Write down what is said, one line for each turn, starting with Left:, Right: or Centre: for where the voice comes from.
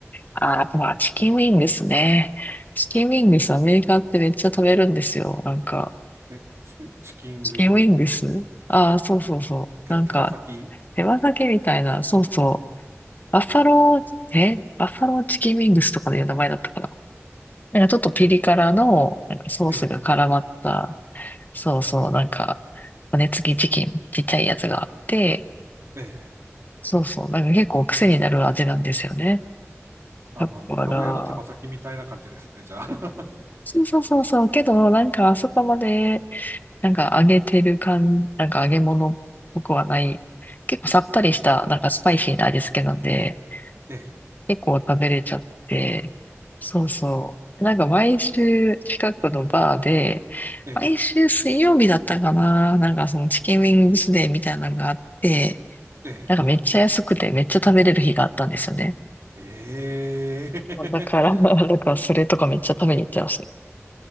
Left: あ。ああ、まあ、チキンウィングスね。チキンウィングス、アメリカってめっちゃ食べるんですよ。なんか、
Right: え、チチキンウィング、
Left: チキンウィングスああー、そうそうそう。
Right: あ手、
Left: なんか、
Right: 手羽先
Left: 手羽先みたいな、そうそう。バッファロー、えバッファローチキンウィングスとかいう名前だったかな。なんかちょっとピリ辛の、なんかソースが絡まった、
Right: え
Left: そうそう、なんか、骨付きチキン、ちっちゃいやつがあって、
Right: え、ええ。
Left: そうそう。なんか結構癖になる味なんですよね。
Right: あの、
Left: だから、
Right: 名古屋の手羽先みたいな感じですね、じゃあ。<laughs>
Left: そうそうそうそう。けど、なんかあそこまで、なんか揚げてる感、なんか揚げ物っぽくはない。結構さっぱりした、なんかスパイシーな味付けなんで、
Right: え
Left: 結構食べれちゃって。そうそう。なんか毎週近くのバーで、
Right: え、え
Left: 毎週水曜日だったかな。なんかそのチキンウィングスデーみたいなのがあって、
Right: え、
Left: なんかめっちゃ安くてめっちゃ食べれる日があったんですよね。
Right: ええ。
Left: だから、
Right: ええ <laughs>
Left: だからそれとかめっちゃ食べに行ってますね。